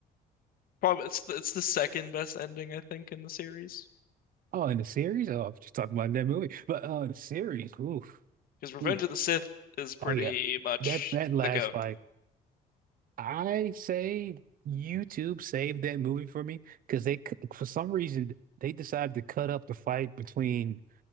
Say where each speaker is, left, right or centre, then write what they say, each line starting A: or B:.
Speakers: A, on the left; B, on the right.
A: Probably it's the, it's the second best ending I think in the series
B: <laughs> oh, in the series. Oh, I'm just talking about that movie, but uh, the series. Oof.
A: because Revenge
B: Oof.
A: of the Sith is pretty
B: Oh yeah,
A: much
B: that that last
A: the goat.
B: fight, I say YouTube saved that movie for me because they c- for some reason they decided to cut up the fight between